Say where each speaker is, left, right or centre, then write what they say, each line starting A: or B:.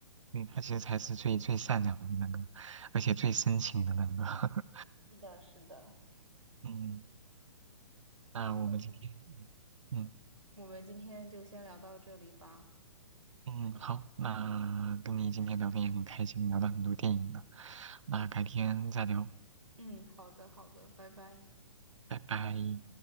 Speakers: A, on the right; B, on the right.
A: 对，他其实才是最最善良的那个，而且最深情的那个。<laughs>
B: 是的，是的，
A: 嗯，那我们今天，
B: 那
A: 嗯
B: 我们今天就先聊到这里吧。
A: 嗯，好，那跟你今天聊天也很开心，聊了很多电影呢。那改天再聊，
B: 嗯，好的，好的，拜拜。
A: 拜拜。